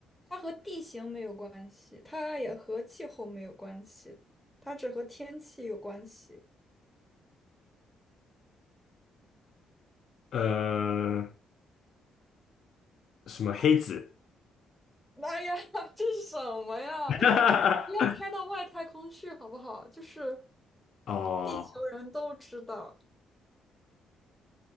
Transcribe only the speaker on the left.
呃，什么黑子？
<laughs>
哦，